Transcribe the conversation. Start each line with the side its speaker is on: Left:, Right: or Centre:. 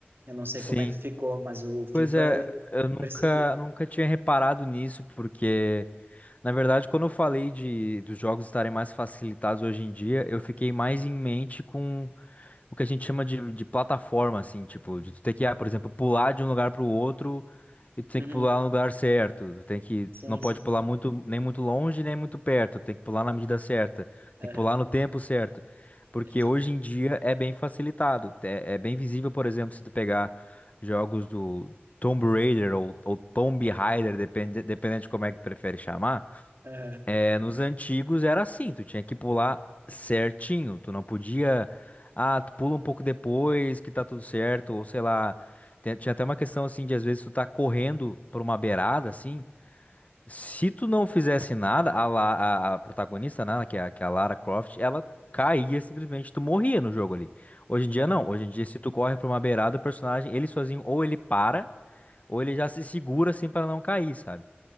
Right: Eu não sei
Left: Sim.
Right: como é que ficou, mas o FIFA
Left: Pois é,
Right: eu
Left: eu nunca,
Right: percebi.
Left: nunca tinha reparado nisso, porque, na verdade, quando eu falei de, dos jogos estarem mais facilitados hoje em dia, eu fiquei mais em mente com o que a gente chama de, de plataforma, assim, tipo, de tu ter que, ah, por exemplo, pular de um lugar pro outro e tu tem
Right: Uhum.
Left: que pular no lugar certo. Tu tem que,
Right: Sim,
Left: não pode
Right: sim.
Left: pular muito, nem muito longe, nem muito perto. Tem que pular na medida certa. Tem
Right: Aham,
Left: que pular no tempo certo. Porque
Right: entendi.
Left: hoje em dia é bem facilitado. É, é bem visível, por exemplo, se tu pegar jogos do Tomb Raider ou, ou Tomb Raider, depende, dependendo de como é que tu prefere chamar.
Right: Aham,
Left: É, nos antigos era assim, tu tinha que pular certinho, tu não podia, ah, tu pula um pouco depois que tá tudo certo, ou sei lá, te- tinha até uma questão assim de às vezes tu tá correndo por uma beirada assim, se tu não fizesse nada, a, La- a- a protagonista, né, que é, a- que é a Lara Croft, ela caía simplesmente, tu morria no jogo ali. Hoje em dia
Right: aham.
Left: não, hoje em dia se tu corre por uma beirada, o personagem, ele sozinho, ou ele para, ou ele já se segura assim pra não cair, sabe?